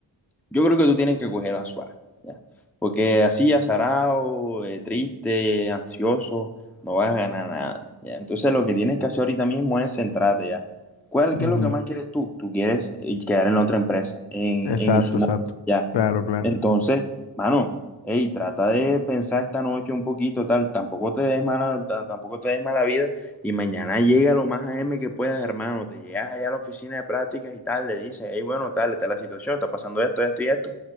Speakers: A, in the centre; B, on the left (about 75°).
A: yo creo que tú tienes que coger la suave, ya. Porque así, azarado, eh, triste, ansioso, no vas a ganar nada, ya. Entonces, lo que tienes que hacer ahorita mismo es centrarte, ya. ¿Cuál,
B: Ujú.
A: qué es lo que más quieres tú? Tú quieres eh, quedar en la otra empresa, en,
B: Exacto,
A: en Ichimoku,
B: exacto.
A: ya.
B: Claro, claro.
A: Entonces, mano, hey, trata de pensar esta noche un poquito, tal, tampoco te des mala, ta- tampoco te des mala vida y mañana llega lo más a m que puedas, hermano, te llegas allá a la oficina de prácticas y tal, le dices, hey, bueno, tal, esta es la situación, está pasando esto, esto y esto,